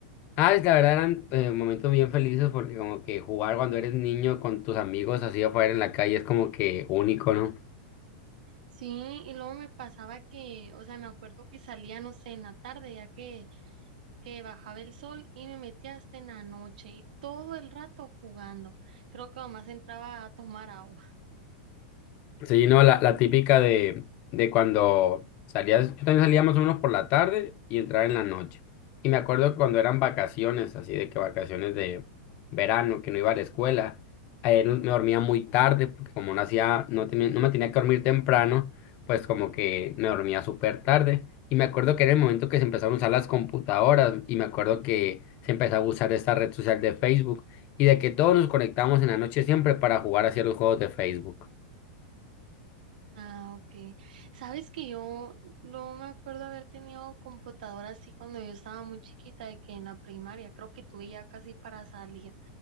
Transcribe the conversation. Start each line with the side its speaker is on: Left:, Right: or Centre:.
Left: Ah, es- la verdad eran eh, momentos bien felices porque como que jugar cuando eres niño con tus amigos así afuera en la calle es como que único, ¿no?
Right: Sí, y luego me pasaba que, o sea, me acuerdo que salía, no sé, en la tarde, ya que, que bajaba el sol y me metía hasta en la noche y todo el rato jugando. Creo que nomás entraba a tomar agua.
Left: Sí, no, la, la típica de, de cuando salías, yo también salía más o menos por la tarde y entraba en la noche. Y me acuerdo que cuando eran vacaciones, así de que vacaciones de verano, que no iba a la escuela, eh, no- me dormía muy tarde, porque como no hacía, no tenía, no me tenía que dormir temprano, pues como que me dormía súper tarde. Y me acuerdo que era el momento que se empezaron a usar las computadoras, y me acuerdo que se empezaba a usar esta red social de Facebook, y de que todos nos conectábamos en la noche siempre para jugar hacia los juegos de Facebook.
Right: Ah, ok. Sabes que yo no me acuerdo haber tenido computadora así cuando yo estaba muy chiquita, de que en la primaria, creo que tuve ya casi para salir.